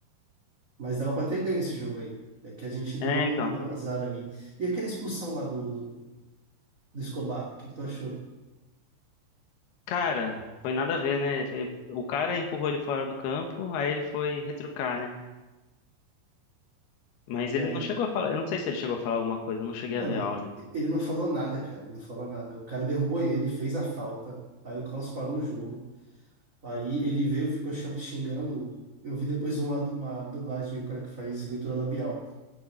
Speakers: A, on the right; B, on the left.
A: Mas dava pra ter ganho esse jogo aí. É que a gente deu,
B: É, então.
A: deu azar ali. E aquela expulsão lá do, do, do Escobar, o que que tu achou?
B: Cara, foi nada a ver, né? O cara empurrou ele fora do campo, aí ele foi retrucar, né? Mas
A: É,
B: ele não chegou a falar. Eu não sei se ele chegou a falar alguma coisa, eu não cheguei
A: Mano,
B: a ver áudio.
A: ele não falou nada, cara. Ele não falou nada. O cara derrubou ele, fez a falta. Aí o Klaus parou o jogo. Aí ele veio, ficou cham- xingando. Eu vi depois uma, du- uma dublagem, o cara que faz leitura labial.